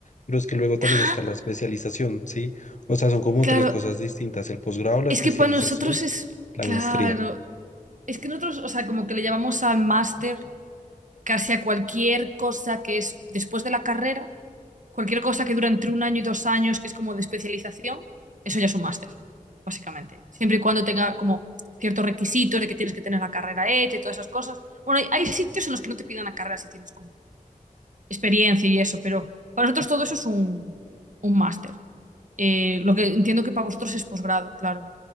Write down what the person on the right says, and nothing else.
Ah,
claro.
Es
que para nosotros es,
claro,
es que nosotros, o sea, como que le llamamos al máster casi a cualquier cosa que es después de la carrera, cualquier cosa que dura entre un año y dos años, que es como de especialización, eso ya es un máster, básicamente. Siempre y cuando tenga como ciertos requisitos de que tienes que tener la carrera hecha y todas esas cosas. Bueno, hay, hay sitios en los que no te pidan la carrera si tienes como experiencia y eso, pero para nosotros todo eso es un, un máster. Eh, lo que entiendo que para vosotros es posgrado, claro.